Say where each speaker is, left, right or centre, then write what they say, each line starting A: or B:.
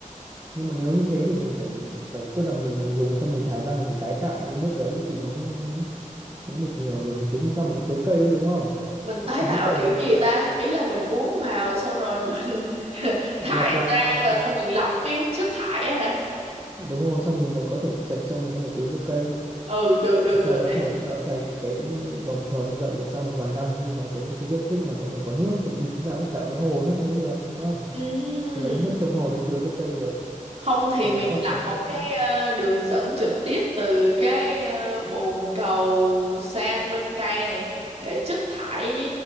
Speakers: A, on the right; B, on the right.
A: nhưng mà nếu như thế thì mình phải phải tức là mình mình dùng xong mình thải ra mình phải tái tạo cái nước đấy thì nó mới mới mới được nhiều rồi mình tính sao mình còn tưới cây nữa đúng không
B: mình tái
A: thì
B: tạo
A: mỗi tuần
B: kiểu gì ta ý là mình uống vào xong rồi mình <laughs>
A: lọc
B: thải
A: lại
B: ra
A: lọc
B: rồi
A: lại
B: xong mình lọc cái chất thải á hả
A: đúng rồi xong mình lại có thể sạch xong mình có thể tưới cho cây
B: ừ được được
A: sau
B: được
A: nó
B: đấy.
A: thành nó thành cái vòng tròn như vậy mà sau một vài năm khi là cái cái diện tích mà có thể có nước thì chúng ta có thể tạo cái hồ nước nếu được đúng không
B: Ừm,
A: thì lấy nước trong hồ đấy tưới cho cây được
B: không thì
A: tôi
B: mình
A: lấy cách
B: lọc
A: đấy
B: một
A: chẳng
B: cái
A: hạn
B: ờ, đường dẫn trực tiếp từ cái ờ, bồn cầu san bên cây này để chất thải